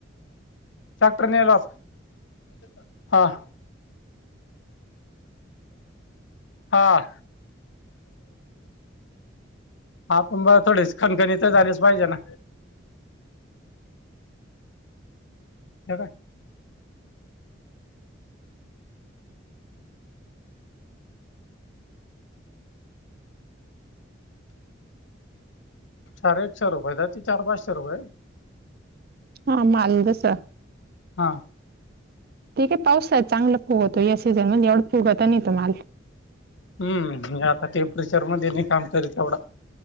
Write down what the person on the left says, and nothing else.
ट्रॅक्टर ने जा आता. हा हा. आपुन बघ थोडीच खणखणी तर झालीच पाहिजे ना? <unintelligible> चार एकशे रुपय तर जाते चार पाचशे रुपये
हा!
हम्म आता टेम्परेचरमध्ये नाही काम करत एवढा.